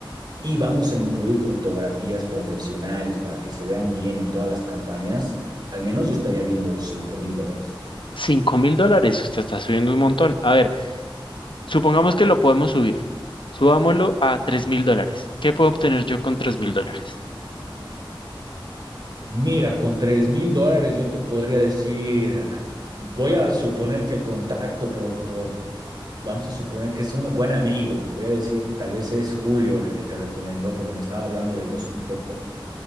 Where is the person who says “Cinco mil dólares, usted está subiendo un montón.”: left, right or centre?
Left